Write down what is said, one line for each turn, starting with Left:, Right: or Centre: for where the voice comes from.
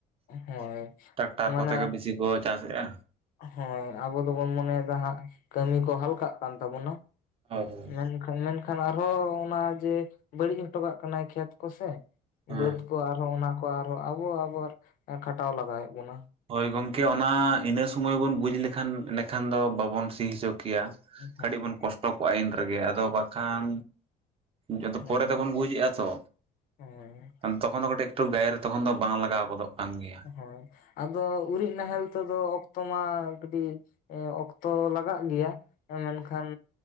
Right: ᱾
Left: ᱦᱳᱭ
Right: ᱴᱟᱠᱴᱟᱨ
Left: ᱢᱟᱱᱮ
Right: ᱠᱚᱛᱮ ᱜᱮ ᱵᱮᱥᱤ ᱠᱚ ᱪᱟᱥᱮᱜ-ᱟ᱾
Left: ᱦᱳᱭ ᱟᱵᱚ ᱫᱚᱵᱚᱱ ᱢᱚᱱᱮᱭᱮᱫᱟ ᱦᱟᱸᱜ ᱠᱟᱹᱢᱤ ᱠᱚ ᱦᱟᱞᱠᱟᱜ ᱠᱟᱱ ᱛᱟᱵᱚᱱᱟ᱾
Right: ᱦᱳᱭ ᱦᱳᱭ
Left: ᱢᱮᱱᱠᱷᱟᱡ ᱢᱮᱱ ᱠᱷᱟᱱ ᱟᱨᱦᱚᱸ ᱚᱱᱟ ᱡᱮ ᱵᱟᱹᱲᱤᱡ ᱦᱚᱴᱚᱠᱟᱜ ᱠᱟᱱᱟᱭ ᱠᱷᱮᱛ ᱠᱚᱥᱮ
Right: ᱦᱮᱸ
Left: ᱵᱟᱹᱫᱽ ᱠᱚ᱾ ᱵᱚ ᱟᱨᱦᱚᱸ ᱚᱱᱟ ᱠᱚ ᱟᱨᱦᱚᱸ ᱟᱵᱚ ᱟᱵᱚ ᱠᱷᱟᱴᱟᱣ ᱞᱟᱜᱟᱣᱮᱫ ᱵᱚᱱᱟ᱾
Right: ᱦᱳᱭ ᱜᱚᱢᱠᱮ ᱚᱱᱟ ᱤᱱᱟᱹ ᱥᱩᱢᱚᱭ ᱵᱚᱱ ᱵᱩᱡᱽ ᱞᱮᱠᱷᱟᱱ ᱮᱸᱰᱮ ᱠᱷᱟᱱ ᱫᱚ ᱵᱟᱵᱚᱱ ᱥᱤ ᱦᱚᱪᱚ ᱠᱮᱭᱟ᱾
Left: ᱦᱳᱭ
Right: ᱠᱟᱹᱴᱤᱡ ᱵᱚᱱ ᱠᱚᱥᱴᱚ ᱠᱚᱜ-ᱟ ᱤᱱ ᱨᱮᱜᱮ ᱟᱫᱚ ᱵᱟᱠᱷᱟᱱ ᱡᱚᱛᱚ
Left: ᱦᱳᱭ
Right: ᱯᱚᱨᱮ ᱛᱮᱵᱚᱱ ᱵᱩᱡᱮᱜ-ᱟ ᱛᱚ,
Left: ᱦᱳᱭ
Right: ᱟᱫᱚ ᱛᱚᱠᱷᱚᱱ ᱫᱚ ᱠᱟᱹᱴᱤᱡ ᱛᱚ ᱜᱟᱭᱮ ᱨᱮ ᱛᱚᱠᱷᱚᱱ ᱫᱚ ᱵᱟᱝ ᱞᱟᱜᱟᱣ ᱜᱚᱫᱚᱜ ᱠᱟᱱ ᱜᱮᱭᱟ᱾
Left: ᱦᱳᱭ ᱟᱫᱚ ᱩᱨᱤᱡ ᱱᱟᱦᱮᱞ ᱛᱮᱫᱚ ᱚᱠᱛᱚ ᱢᱟ ᱠᱟᱹᱴᱤᱡ ᱮ ᱚᱠᱛᱚ ᱞᱟᱜᱟᱜ ᱜᱮᱭᱟ᱾ ᱦᱮᱸ ᱢᱮᱱᱠᱷᱟᱱ